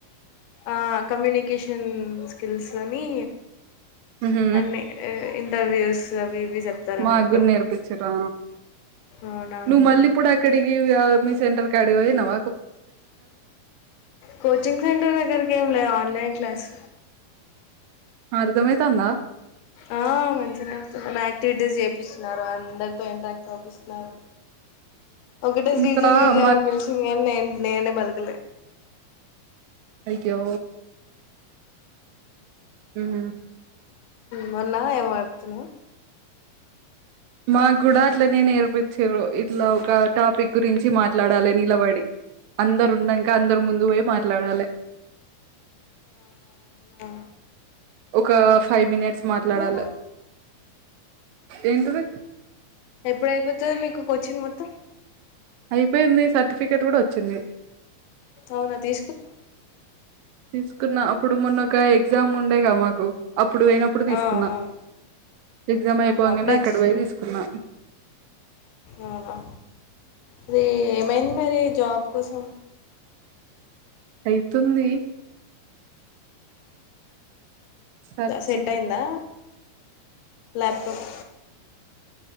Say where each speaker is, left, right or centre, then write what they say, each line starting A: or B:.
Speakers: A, on the left; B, on the right.
A: ఆ కమ్యూనికేషన్ స్కిల్స్ అని
B: మ్మ్
A: అన్ని ఇంటర్వ్యూస్ అవి ఇవి చెప్తారన్నట్టు
B: మాగ్గురానేర్పించరా
A: అవునా
B: నువ్వు మళ్ళీప్పు అక్కడికి మీ సెంటర్ కాడికి పోయినం
A: కోచింగ్ సెంటర్ దగర కేం రా ఆన్లైన్ క్లాస్
B: అర్దమైతందా
A: ఆ మంచిగానే అర్థం అవ్తుంది యాక్టివిటీస్ చేపిస్తున్నారు అందరితో ఇంట్రాక్ట్ అవుపిస్తున్నారు ఒకటే శ్రీజ
B: ఇంకా
A: శ్రీజ
B: మా
A: అని పిలిసింది కానీ నే నేనే బలకలే
B: అయ్యో ఉం
A: మొన్నా ఏమో చెపుతున్నావు
B: మా కూడా అట్లనే నేర్పించారు ఇట్లా ఒక టాపిక్ గురించి మాట్లాడాలే నిలబడి అందరు ఉన్నాక అందరు ముందు పోయి మాట్లాడాలి
A: అవునా
B: ఒక ఫైవ్ మినిట్స్ మాట్లాడాలి
A: మరి
B: ఏంటిది
A: ఎప్పుడయిపోతది మీకు కోచింగ్ మొత్తం
B: అయిపోయింది సర్టిఫికెట్ కూడా వచ్చింది
A: అవునా తీ
B: తీసుకున్న అప్పుడు మొన్న ఒక ఎగ్జామ్ ఉండేగా మాకు అప్పుడు వెయినప్పుడు తీసుకున్నా
A: ఆ ఆ
B: ఎగ్జామ్ అయిపోవంగనే
A: ఆహా అప్పుడే
B: అక్కడ
A: ఇచ్చేసారా
B: పోయి తీసుకున్నా
A: అవునా అది ఏమైంది మరి జాబ్ కోసం
B: అయితుంది సర్చింగ్
A: సెట్ అయిందా ల్యాప్టాప్